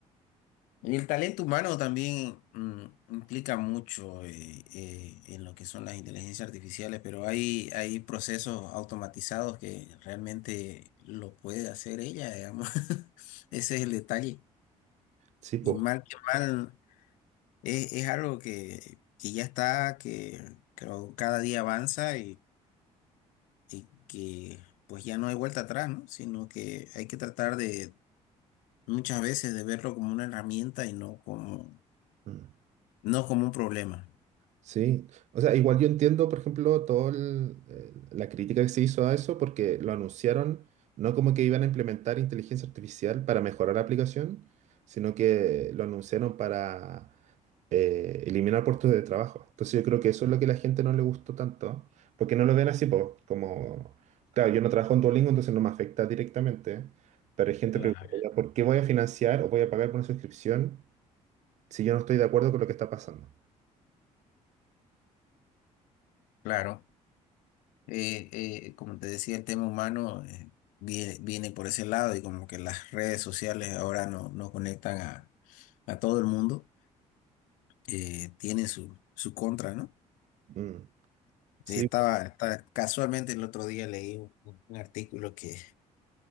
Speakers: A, on the left (about 80°); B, on the right (about 65°).
A: Y el talento humano también mm, implica mucho eh, eh, en lo que son las inteligencias artificiales, pero hay, hay procesos automatizados que realmente lo puede hacer ella, digamos. <laughs> Ese es el detalle.
B: Sí, po.
A: Y mal que mal, es, es algo que, que ya está, que, que cada día avanza y, y que pues ya no hay vuelta atrás, ¿no? Sino que hay que tratar de muchas veces de verlo como una herramienta y no como,
B: Mm.
A: no como un problema.
B: Sí, o sea, igual yo entiendo, por ejemplo, toda la crítica que se hizo a eso porque lo anunciaron no como que iban a implementar inteligencia artificial para mejorar la aplicación, sino que lo anunciaron para eh, eliminar puestos de trabajo. Entonces yo creo que eso es lo que a la gente no le gustó tanto, porque no lo ven así po, como, claro, yo no trabajo en Duolingo, entonces no me afecta directamente, pero hay gente
A: Claro.
B: preguntando, "Ya, ¿por qué voy a financiar o voy a pagar por una suscripción si yo no estoy de acuerdo con lo que está pasando?
A: Claro, eh, eh, como te decía, el tema humano eh, vie- viene, por ese lado y como que las redes sociales ahora no, no conectan a, a todo el mundo, eh, tienen su, su contra, ¿no?
B: Mm. Sí,
A: Eh, Estaba, estaba- casualmente el otro día leí un, un artículo que